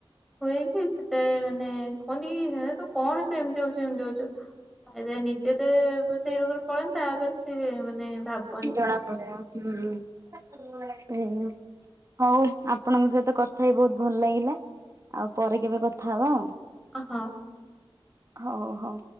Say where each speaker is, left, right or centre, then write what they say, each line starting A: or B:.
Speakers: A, in the centre; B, on the right (about 30°).
A: ହୁଏ କି ସେତେବେଳେ ମାନେ କୁହନ୍ତି ହେ ତୁ କଣ ଏମିତି ହଉଚୁ ସେମିତି ହଉଚୁ। ଆଉ ନିଜେ ତ ସେଇ ରୋଗରେ ପଳନ୍ତା ତାପରେ ସେ ମାନେ ଭାବ
B: ଜଣା ପଡିଆ ହୁଁ ହୁଁ। ହଉ ଆପଣଙ୍କ ସହିତ କଥା ହେଇ ବହୁତ ଭଲ ଲାଗିଲା। ଆଉ ପରେ କେବେ କଥା ହେବା।
A: ହଁ।
B: ହଉ ହଉ।